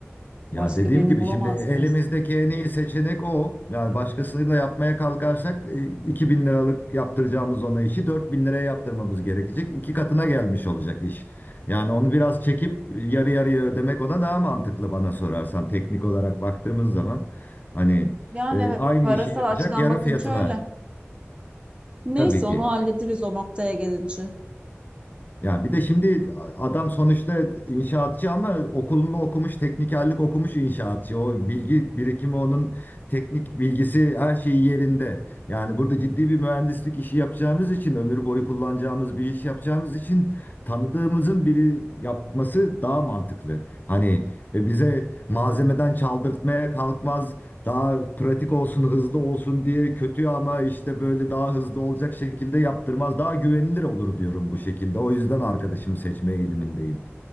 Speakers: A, on the right (about 25°); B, on the left (about 40°).
A: Başka
B: Ya dediğim
A: birini
B: gibi
A: bulamaz
B: şimdi elimizdeki
A: mıyız?
B: en iyi seçenek o. Yani başkasıyla yapmaya kalkarsak e, 2000 liralık yaptıracağımız ona işi 4000 liraya yaptırmamız gerekecek. İki katına gelmiş olacak iş. Yani onu biraz çekip e, yarı yarıya ödemek ona daha mantıklı bana sorarsan teknik olarak baktığımız zaman. Hani
A: Yani
B: e,
A: evet
B: aynı
A: parasal
B: işi yapacak
A: açıdan
B: yarı
A: bakınca
B: fiyatına
A: öyle. Neyse
B: tabii ki
A: onu hallederiz o noktaya gelince.
B: Ya bir de şimdi adam sonuçta inşaatçı ama okulunu okumuş, teknikerlik okumuş inşaatçı. O bilgi birikimi onun teknik bilgisi her şeyi yerinde. Yani burada ciddi bir mühendislik işi yapacağımız için, ömür boyu kullanacağımız bir iş yapacağımız için tanıdığımızın biri yapması daha mantıklı. Hani ve bize malzemeden çaldırtmaya kalkmaz daha pratik olsun, hızlı olsun diye kötü ama işte böyle daha hızlı olacak şekilde yaptırmaz. Daha güvenilir olur diyorum bu şekilde. O yüzden arkadaşımı seçme eğilimindeyim.